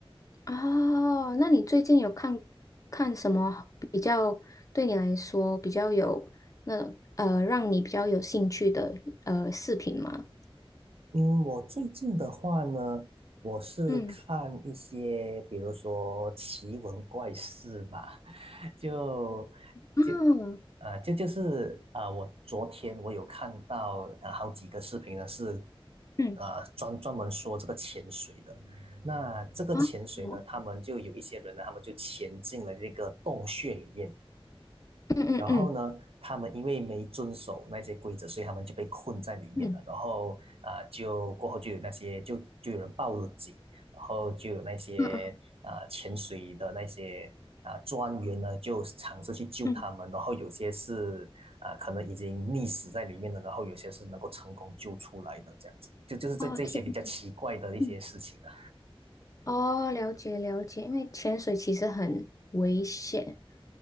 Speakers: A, on the left (about 35°); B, on the right (about 75°).
A: 哦，那你最近有看看什么比较对你来说比较有那种呃让你比较有兴趣的呃视频吗？
B: 嗯，我最近的话呢，我是看一些，
A: 嗯
B: 比如说奇闻怪事吧，<laughs> 就
A: 嗯，
B: 就呃，这就就是啊、呃我昨天我有看到啊好几个视频呢，是
A: 嗯
B: 呃专专门说这个潜水的。那这个潜水呢，
A: 啊，我
B: 他们就有一些人呢，他们就潜进了这个洞穴里面。
A: 嗯嗯嗯
B: 然后呢，他们因为没遵守那些规则，所以他们就被困在里面了。
A: 嗯
B: 然后啊、呃就过后就有那些就就有人报了警，然后就有那些啊、
A: 嗯
B: 呃潜水的那些啊、呃专员呢，就尝试去救他们。
A: 嗯，嗯
B: 然后有些是啊、呃可能已经溺死在里面了，然后有些是能够成功救出来的，这样子。就就是这这些比较奇怪的一些事情啊。
A: 哦天，嗯，哦了解了解，因为潜水其实很危险，